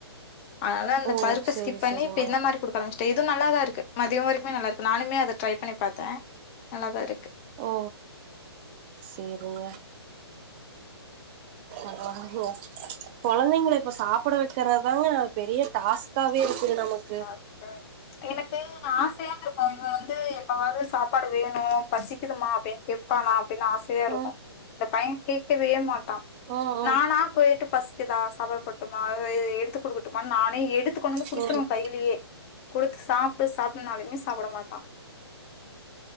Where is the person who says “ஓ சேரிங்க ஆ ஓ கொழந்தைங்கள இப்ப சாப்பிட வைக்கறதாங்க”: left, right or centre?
Right